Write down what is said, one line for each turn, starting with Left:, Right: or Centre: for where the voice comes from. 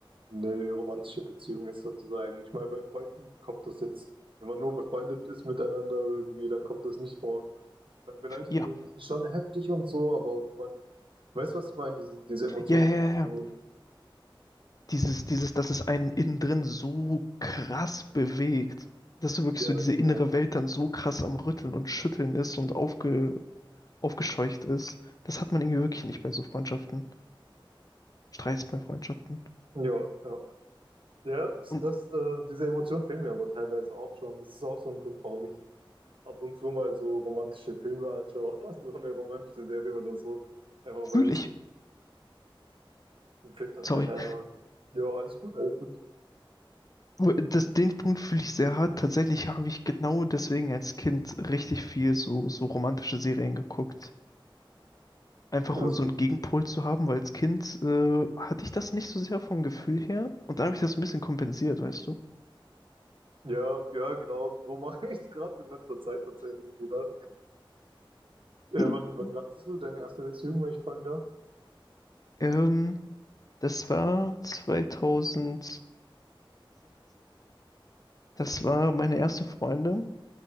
Right: eine romantische Beziehung ist, sozusagen. Ich meine, bei Freunden kommt das jetzt, wenn man nur befreundet ist miteinander irgendwie, dann kommt das nicht vor. Dann beleidigt
Left: Ja,
Right: man sich schon heftig und so, aber man weiß, was ich meine, diese, diese Emotionen
Left: ja, ja,
Right: sind
Left: ja.
Right: nicht
Left: ja.
Right: so.
Left: Dieses, dieses, dass es einen innen drin so krass bewegt. Dass so wirklich
Right: Ja,
Left: so diese
Right: genau.
Left: innere Welt dann so krass am Rütteln und Schütteln ist und aufge, aufgescheucht ist. Das hat man irgendwie wirklich nicht bei so Freundschaften, Streits bei Freundschaften.
Right: Ja, ja. Ja, das,
Left: Und
Right: das, äh, diese Emotionen fehlen mir aber teilweise auch schon. Das ist auch so ein Grund, warum ich ab und zu mal so romantische Filme anschaue, <laughs> so eine romantische Serie oder so. Einfach
Left: fühle
Right: weil es
Left: ich,
Right: Fehlt dann
Left: sorry,
Right: halt einfach. Also, Ja, alles gut, alles gut.
Left: das, den Punkt fühle ich sehr hart. Tatsächlich habe ich genau deswegen als Kind richtig viel so, so romantische Serien geguckt. Einfach
Right: ja,
Left: um
Right: was,
Left: so einen Gegenpol zu haben, weil als Kind äh, hatte ich das nicht so sehr vom Gefühl her. Und da habe ich das ein bisschen kompensiert, weißt du?
Right: Ja, ja, genau, so <laughs> mache ich es gerade in letzter Zeit tatsächlich wieder. Äh,
Left: <laughs>
Right: wann, wann dachtest du deine erste Beziehung, wenn ich fragen darf?
Left: ähm, das war 2016. Das war meine erste Freundin.